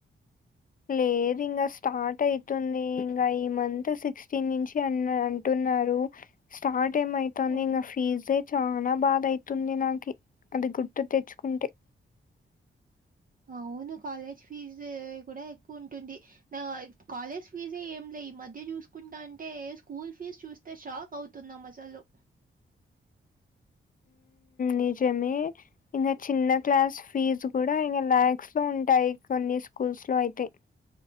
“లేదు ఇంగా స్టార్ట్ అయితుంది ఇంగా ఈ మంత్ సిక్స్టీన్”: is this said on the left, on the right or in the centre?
Left